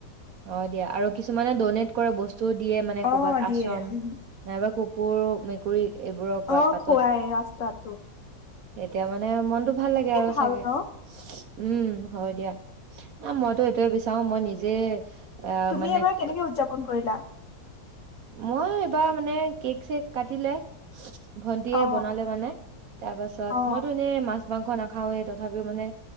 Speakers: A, on the right (about 65°); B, on the left (about 60°).
A: অ' দিয়া আৰু কিছুমানে ডনেট কৰে বস্তু য'ত দিয়ে মানে
B: অ',
A: ক'বাত
B: দিয়ে
A: আচ্ৰম
B: উম।
A: নাইবা ক' ক'ৰ অ মেকুৰী এইবোৰক
B: অ'
A: পাতত
B: খুৱাই ৰাস্তাত ও
A: তেতিয়া মান মানে মনটো ভাল লাগে আৰু
B: ভাল
A: চাগে
B: ন
A: উম হয় দিয়া। আ মইতো সেইটোয়ে বিচাৰো মই নিজে এ
B: তুমি
A: মানে
B: এবাৰ
A: ক-
B: কেনেকে উদযাপন কৰিলা।
A: মই এইবাৰ মানে কেক চেক কাটিলে ভন্টিয়ে
B: অ
A: বনালে মানে। তাৰ পাছত
B: অ
A: মইতো এনে মাছ মাংস নেখাও। খাওঁৱেই তথাপিও মানে